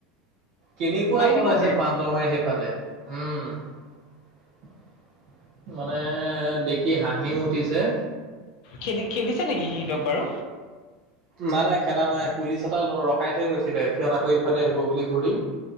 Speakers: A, on the right; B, on the left.
A: কেনেকুৱা পলাইছে
B: দিব সি
A: বান্দৰ মাৰি সেইফালে, উমম। মানে দেখি হাঁহিও উঠিছে,
B: খেদি খেদিছে নেকি সিহঁতক বাৰু?
A: নাই নাই খেদা নাই পুলিচ এটা ৰখাই থৈ গৈছিলে, সিহঁত আকৌ এইফালে আহিব বুলি ঘূৰি।